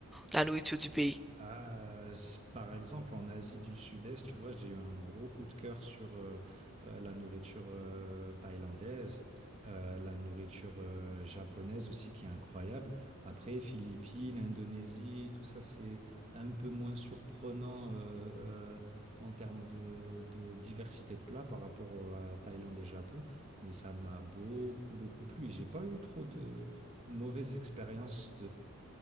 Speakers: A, in the centre; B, on the right.
A: la nourriture du pays?
B: Ah, s- par exemple, en Asie du Sud-Est, tu vois, j'ai eu un gros coup de cœur sur euh, euh, la nourriture euh, thaïlandaise, euh, la nourriture euh, japonaise aussi, qui est incroyable. Après, Philippines, Indonésie, tout ça, c'est un peu moins surprenant euh, euh, en termes de, de diversité de plats par rapport au- à Thaïlande et Japon, mais ça m'a beaucoup, beaucoup plu et j'ai pas eu trop de mauvaises expériences